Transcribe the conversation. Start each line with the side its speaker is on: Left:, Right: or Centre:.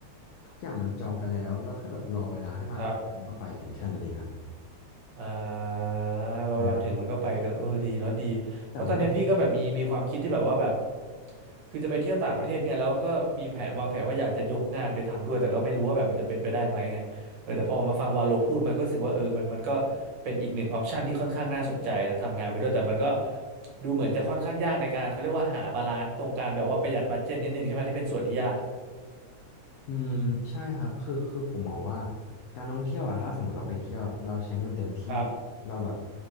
Left: ทุกอย่างมันจองไปแล้วเราแค่แบบรอเวลาให้มาถึงแล้วก็ไปกันแค่นั้นเองครับ
Right: ครับ อ่าเราเราถึงมันก็ไปกันเลยเออดีเนาะดีเพราะตอนเนี้ยพี่ก็แบบมีมีความคิดที่แบบว่าแบบ
Left: ใช่ครับแต่ว่า
Right: คือจะไปเที่ยวต่างประเทศไงแล้วก็มีแผนวางแผนว่าอยากจะยกงานไปทำด้วยแต่ก็ไม่รู้ว่าแบบมันจะเป็นไปได้ไหมไงเออแต่พอมาฟังวาโลพูดมันก็รู้สึกว่าเออมันมันก็เป็นอีกหนึ่งออปชันที่ค่อนข้างน่าสนใจนะทำงานไปด้วยแต่มันก็ดูเหมือนจะค่อนข้างยากในการเขาเรียกว่าหาบาลานซ์ตรงการแบบว่าประหยัดบัดเจ็ตนิดนึงใช่ไหมที่เป็นส่วนที่ยาก
Left: อืมใช่ครับคือคือผมมองว่าการท่องเที่ยวอะถ้าสมมติเราไปเที่ยวอเราใช้เงินเต็มที่
Right: ครับ
Left: เราแบบ